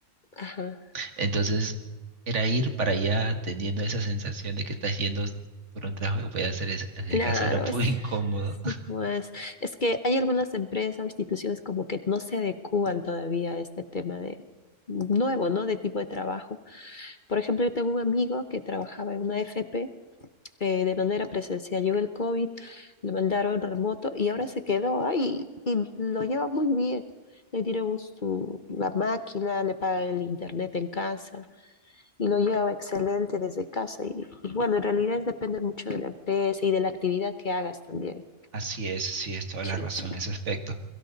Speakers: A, on the left (about 45°); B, on the right (about 65°).
A: Ajá.
B: Entonces, era ir para allá teniendo esa sensación de que estás yendo por un trabajo que podías hacer es- desde
A: Claro,
B: casa, era
A: es,
B: muy incómodo.
A: sí, pues. Es que hay algunas empresas o instituciones como que no se adecúan todavía a este tema de nuevo, ¿no? De tipo de trabajo. Por ejemplo, yo tengo un amigo que trabajaba en una FP eh, de manera presencial. Llegó el COVID, lo mandaron remoto y ahora se quedó ahí y lo lleva muy bien. Le dieron su, la máquina, le pagan el internet en casa y lo lleva excelente desde casa. Y, y bueno, en realidad depende mucho de la empresa y de la actividad que hagas también.
B: Así es, sí, es toda
A: Sí,
B: la razón
A: sí.
B: en ese aspecto,